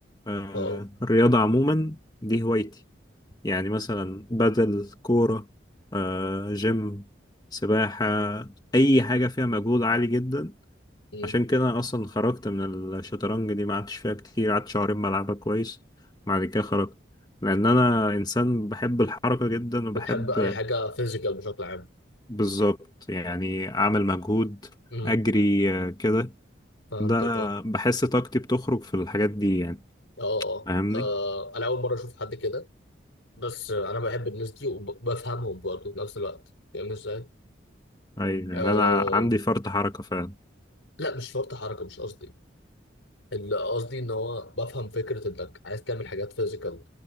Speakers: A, on the left; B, on the left.
A: آه،
B: اه
A: الرياضة عموما دي هوايتي يعني مثلا بدل كورة آه، جيم سباحة أي حاجة فيها مجهود عالي جدا
B: مم.
A: عشان كده أنا أصلا خرجت من الشطرنج دي ما قعدتش فيها كتير قعدت شهرين بلعبها كويس بعد كده خرجت لأن أنا إنسان بحب الحركة جدا وبحب
B: بتحب اي حاجة فيزيكال بشكل عام
A: بالظبط يعني أعمل مجهود
B: امم
A: أجري آه، كده
B: فهمتك
A: ده
B: اه
A: بحس طاقتي بتخرج في الحاجات دي يعني
B: اه اه
A: فاهمني؟
B: آه، انا اول مرة اشوف حد كده بس انا بحب الناس دي وبفهمهم برضه في نفس الوقت فاهم ازاي
A: ايوه
B: آه...
A: يعني انا عندي فرط حركة فعلا
B: لا مش شرط حركة مش قصدي اللي قصدي ان هو بفهم فكرة انك عايز تعمل حاجات فيزيكال